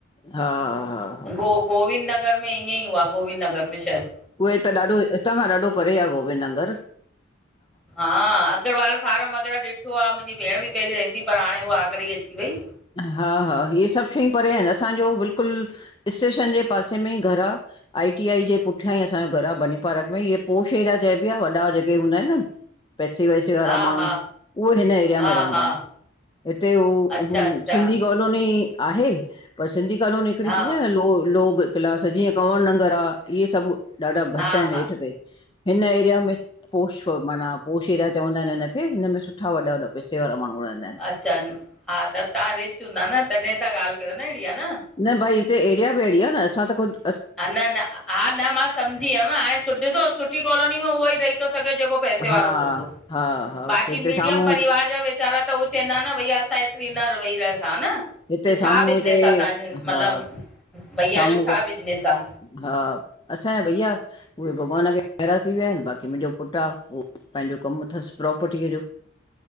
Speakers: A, on the left (about 25°); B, in the centre.
A: हा हा, हा हा
B: गो गोविंद नगर में, ईअंई हुआ गोविंद नगर में शायद
A: उहे त ॾाढो, हितां खां ॾाढो परे आ, गोबिंद नंगर।
B: हां, अगरवाल फार्म वग़ैरा ॾिठो आ, मुंजी भेण बि पहिरीं रहंदीही, पर हाणे उहा आगरे ई अची वई।
A: हा हा, इहे सभ शयूं परे एन, असांजो बिल्कुल स्टेशन जे पासे में ईं घर आ। आई, टी, आई जे पुठयां ई असांजो घर आ, बनीपारक में, इहे पोश एरिया चइबी आ, वॾा जेके हूंदा एन न। पैसे वैसे वारा
B: हा
A: मांण्हूं,
B: हा
A: उहो हिन एरिया
B: हा
A: में रहंदा
B: हा
A: एन, हिते हू,
B: अच्छा
A: हू
B: अच्छा
A: सिंधी कॉलोनी आहे, पर सिंधी कॉलोनी हिकड़ी
B: हा
A: थींदी आ न, लो लोग क्लास, जीअं कंवर नंगर आ, इहे सभ ॾाढा घट
B: हा
A: अहिन
B: हा
A: हेठ ते, हिन एरिया में पोष माना पोष एरिया, चवंदा ऐन हिनखे, हिन में सुठा वॾा वॾा पैसे वारा माण्हूं रहंदा एन।
B: अच्छा, हा त तहां रिच हूंदा न तॾहिं ता ॻाल्हि कयो न हेड़ी, हा न?
A: न भाई, हिते एरिया बि एड़ी आ न, असां त खुद
B: आ न न, हा न, मां सम्झी वयम, हाणे सु ॾिसो सुठी कॉलोनी में उहोई रही तो सघो जेको पैसे वारो
A: हा
B: हूंदो,
A: हा हा
B: बाक़ी
A: हिते
B: मीडियम
A: साम्हूं
B: परिवार जा वेचारा त हू चेंदा न, भई असां एत पींदा वेइ रह हा न,
A: हिते
B: त छा
A: साम्हूं
B: बिजनेस
A: हिते
B: आ तांजो मतिलबु
A: हा
B: भैया
A: साम्हूं
B: जो छा बिज नेस आ।
A: हा असांजा भईया, उहे भॻवान खे प्यारा थी विया आहिनि बाक़ी मुंहिंजो पुटु आ उहो पंहिंजो कम अथसि प्रोपर्टीअ जो।